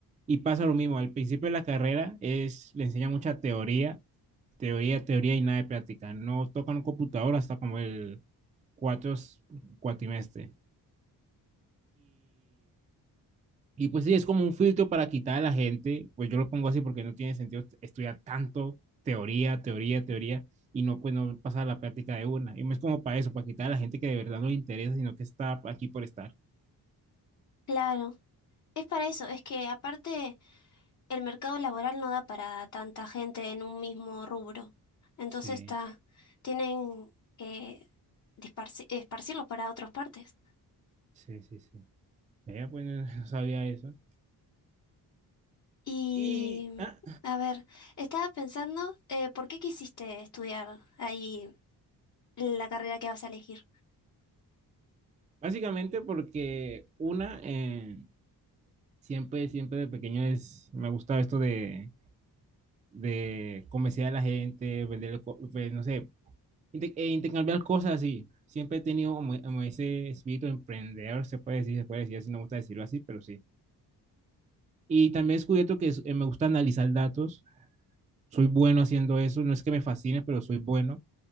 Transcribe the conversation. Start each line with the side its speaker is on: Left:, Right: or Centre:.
Right: y pasa lo mismo. Al principio de la carrera es, le enseña mucha teoría, teoría, teoría y nada de práctica. No tocan un computador hasta como el cuatro cuatrimestre. Y pues sí, es como un filtro para quitar a la gente, pues yo lo pongo así porque no tiene sentido estudiar tanto teoría, teoría, teoría, y no, pues no pasar a la práctica de una. Y no es como para eso, para quitar a la gente que de verdad no le interesa, sino que está aquí por estar.
Left: claro. Es para eso, es que aparte el mercado laboral no da para tanta gente en un mismo rubro. Entonces
Right: Sí,
Left: está, tienen que disparci- esparcirlos para otras partes.
Right: sí, sí, sí. Vea, pues <laughs> no, no sabía eso.
Left: Y,
Right: Y ah,
Left: a ver, estaba pensando, eh, ¿por qué quisiste estudiar ahí la carrera que vas a elegir?
Right: básicamente porque una, eh, siempre, siempre de pequeño es, me ha gustado esto de de convencer a la gente, vender, no sé, inter- e intercambiar cosas así. Siempre he tenido como, como ese espíritu de emprender se puede decir, se puede decir así, no me gusta decirlo así, pero sí. Y también he descubierto que es- eh, me gusta analizar datos, soy bueno haciendo eso, no es que me fascine, pero soy bueno.